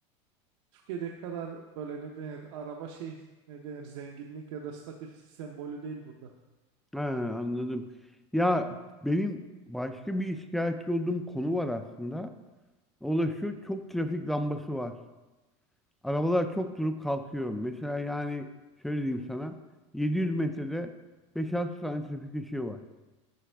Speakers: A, on the right (about 70°); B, in the centre.
A: Türkiye'deki kadar böyle ne denir araba şey ne denir zenginlik ya da statü sembolü değil burada.
B: Ha, anladım. Ya benim başka bir şikayetçi olduğum konu var aslında. O da şu çok trafik lambası var. Arabalar çok durup kalkıyor. Mesela yani şöyle diyeyim sana. 700 metrede 5-6 tane trafik ışığı var.